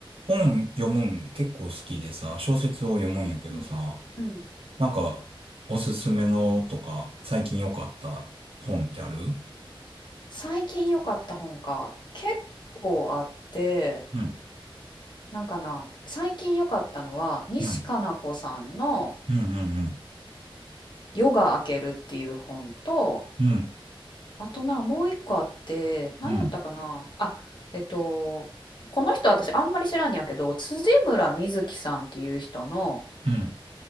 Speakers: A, on the right; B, on the left.
A: 本読むん結構好きでさ、小説を読むんやけどさ、
B: うんうん、うん
A: なんか、おすすめのとか、最近良かった本ってあるうん、
B: 最近良かった本か結構あって
A: うん、
B: なんかな最近良かったのは西加奈子さんの
A: うん、うん、うん、うん、
B: 「夜が明ける」っていう本と
A: うん、
B: あとなもう一個あって何やったかなあえっとこの人私あんまり知らんやけど辻村瑞月さんっていう人の
A: うん、うん、うん、